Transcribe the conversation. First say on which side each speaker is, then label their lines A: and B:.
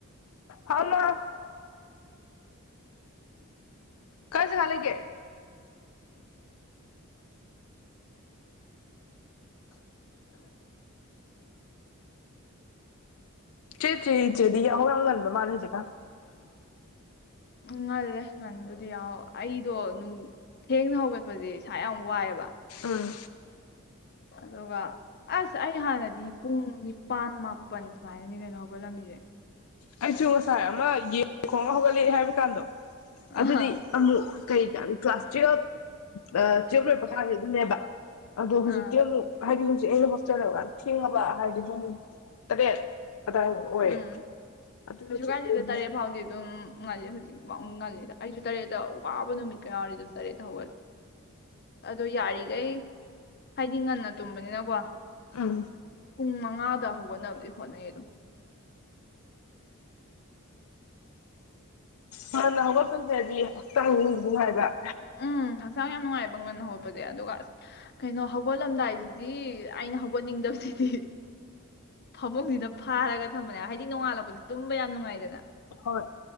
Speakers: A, on the left (about 80°); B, on the left (about 50°).
A: ꯍꯥꯎ ꯃꯥ ꯀꯥꯏ ꯖꯒ ꯂꯩꯒꯦ ꯆꯦ ꯆꯦ ꯆꯦꯗꯤ ꯌꯥꯍꯧ ꯌꯥꯝ ꯉꯟꯕ ꯃꯥꯜꯂꯦ ꯍꯧꯖꯤꯛꯀꯥꯟ
B: ꯉꯜꯂꯦ ꯉꯟꯕꯨꯗꯤ ꯌꯥꯍꯧ ꯑꯩꯗꯣ ꯅꯨꯡ ꯊꯦꯡꯅ ꯍꯧꯒꯠꯄꯗꯤ ꯏꯁꯥ ꯌꯥꯝ ꯋꯥꯏꯑꯦꯕ
A: ꯑꯥ
B: ꯑꯗꯨꯒ ꯑꯁ ꯑꯩ ꯍꯥꯟꯅꯗꯤ ꯄꯨꯡ ꯅꯤꯄꯥꯥꯟ ꯃꯥꯄꯜ ꯁꯨꯃꯥꯏꯅꯅꯤ ꯀꯩꯅꯣ ꯍꯧꯒꯠꯂꯝꯃꯤꯖꯦ
A: ꯑꯩꯁꯨ ꯉꯁꯥꯏ ꯑꯃ ꯌꯦꯟ ꯈꯣꯡꯉ ꯍꯧꯒꯠꯂꯛꯑꯦ ꯍꯥꯏꯕꯀꯥꯟꯗꯣ
B: ꯑꯥ
A: ꯑꯗꯨꯗꯤ ꯑꯃꯨꯛ ꯀꯩ ꯀꯅꯤ ꯀ꯭ꯂꯥꯁ ꯇꯨꯋꯜꯞ ꯇꯨꯋꯦꯜꯕ ꯂꯣꯏꯔꯛꯄ ꯀꯥꯟ ꯑꯗꯨꯅꯦꯕ ꯑꯗꯣ ꯍꯨꯖꯤꯛꯇꯤ
B: ꯑꯥ
A: ꯑꯃꯨꯛ ꯍꯥꯏꯗꯤ ꯍꯨ ꯑꯩꯅ ꯍꯣꯁꯇꯦꯜꯗ ꯊꯦꯡꯉꯕ ꯍꯥꯏꯕꯗꯤ ꯄꯨꯡ ꯇꯔꯦꯠ ꯑꯗꯥ ꯑꯣꯏꯌꯦ
B: ꯎꯝ
A: ꯑꯗꯨ
B: ꯀꯩꯁꯨ
A: ꯅꯠꯇ꯭ꯔꯗꯤ
B: ꯀꯥꯏꯗꯦꯗ
A: ꯑꯃꯨꯛ
B: ꯇꯔꯦꯠ ꯐꯥꯎꯗꯤ ꯑꯗꯨꯝ ꯉꯜꯂꯤ ꯍꯧꯖꯤꯛꯐꯥꯎ ꯉꯜꯂꯤꯗ ꯑꯩꯖꯨ ꯇꯔꯦꯠꯇ ꯋꯥꯕ ꯅꯨꯃꯤꯠ ꯀ ꯌꯥꯎꯔꯗꯤ ꯑꯗꯨꯝ ꯇꯔꯦꯠꯇ ꯍꯧꯒꯠꯂꯦ ꯑꯗꯣ ꯌꯥꯔꯤꯒꯩ ꯍꯥꯏꯗꯤ ꯉꯟꯅ ꯇꯨꯝꯕꯅꯤꯅꯀꯣ
A: ꯎꯝ
B: ꯄꯨꯡ ꯃꯉꯥꯗꯍꯧ ꯍꯣꯠꯅꯕꯗꯤ ꯍꯣꯅꯩ ꯑꯗꯨꯝ
A: ꯍ ꯅ ꯍꯧꯒꯄꯗꯩꯗꯤ ꯍꯛꯆꯥꯡ ꯂꯨꯝꯗꯔꯤ ꯍꯥꯏꯕ <unintelligible>
B: ꯎꯝ ꯍꯛꯆꯥꯡ ꯌꯥꯝ ꯅꯨꯡꯉꯥꯏꯕ ꯉꯟꯅ ꯍꯧꯒꯠꯄꯖꯦ ꯑꯗꯨꯒ ꯀꯩꯅꯣ ꯍꯧꯒꯠꯂꯝꯗꯥꯏꯖꯤꯗꯤ ꯑꯩꯅ ꯍꯧꯒꯠꯅꯤꯡꯗꯕꯁꯤꯗꯤ ꯐꯃꯨꯡꯖꯤꯗ ꯐꯥꯔꯒ ꯊꯝꯕꯅꯦ ꯍꯥꯏꯗꯤ ꯅꯣꯡꯉꯥꯜꯂꯛꯄꯗꯤ ꯇꯨꯝꯕ ꯌꯥꯝ ꯅꯨꯡꯉꯥꯏꯗꯅ
A: ꯍꯣꯏ